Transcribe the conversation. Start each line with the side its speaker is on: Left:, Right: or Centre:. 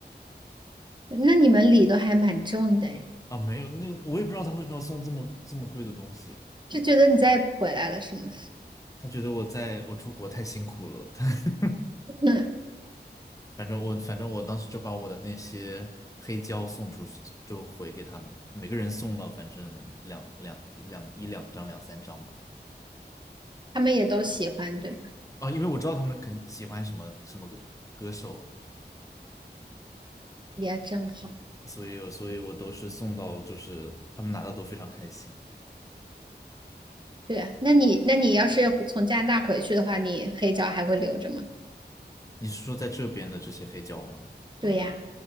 Right: 那你们理都还蛮重的诶
Left: <laughs> 啊，没有，那个我也不知道他为什么要送这么这么贵的东西，
Right: 就觉得你再也不回来了，是吗？
Left: 他觉得我在我出国太辛苦了。<laughs>
Right: 嗯，
Left: 反正我反正我当时就把我的那些黑胶送出去，就回给他们，每个人送了反正两两一两一两张两三张吧。
Right: 他们也都喜欢，对吧？
Left: 啊，因为我知道他们肯喜欢什么什么歌歌手，
Right: 也正好，
Left: 所以所以我都是送到，就是他们拿到都非常开心。
Right: 对啊。那你，那你要是从加拿大回去的话，你黑胶还会留着吗？
Left: 你是说在这边的这些黑胶吗？
Right: 对呀，